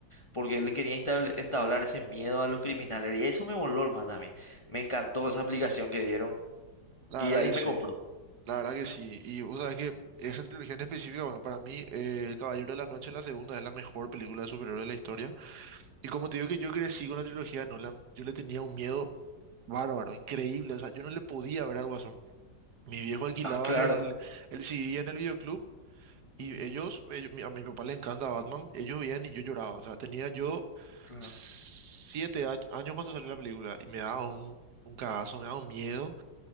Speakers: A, on the left; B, on the right.
A: Porque él le quería entabl- entablar ese miedo a los criminales. Y eso me voló el más a mí. Me encantó esa aplicación que dieron.
B: La
A: Y
B: verdad
A: ahí
B: que sí,
A: me compró.
B: la verdad que sí. Y vos sabés que esa trilogía en específica, bueno, para mí, eh, El Caballero de la Noche, la segunda, es la mejor película de superhéroes de la historia. Y como te digo que yo crecí con la trilogía de Nolan, yo le tenía un miedo bárbaro, increíble. O sea, yo no le podía ver al Guasón. Mi viejo alquilaban
A: Ah, claro.
B: el, el CD en el videoclub y
A: <laughs> Ujú,
B: ellos, ellos- mi- a mi papá le encanta Batman, ellos veían y yo lloraba. O sea, tenía yo
A: claro.
B: siete a- años cuando salió la película y me daba un, un cagazo, me daba un miedo.